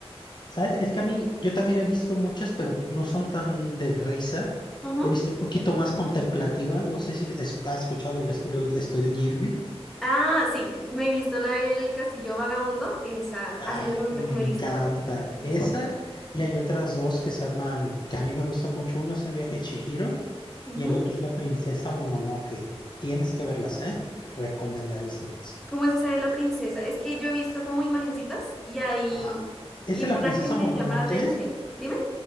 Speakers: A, on the left (about 45°); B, in the centre.
A: ¿sabes? Es que a mí, yo también he visto muchas, pero no son tan de risa.
B: Ujú.
A: He visto un poquito más contemplativas. No sé si es- has escuchado del estudio, estudio Gilby.
B: Ah, sí, me he visto la del Castillo Vagabundo. Esa
A: Ah,
B: ha sido la única
A: me
B: que me
A: encanta.
B: he visto de ese
A: Esa
B: estilo.
A: y hay otras dos que se llaman, que a mí me gustan mucho. Una es El viaje de Chihiro
B: Ujú.
A: y el otro es La princesa Mononoke. Tienes que verlas, ¿eh? Recomendadísimas.
B: ¿Cómo es esa de la princesa? Es que yo he visto como imagencitas y hay
A: Ajá. Esa
B: y una
A: es La princesa
B: que me
A: Mononoke.
B: llama la atención. Dime.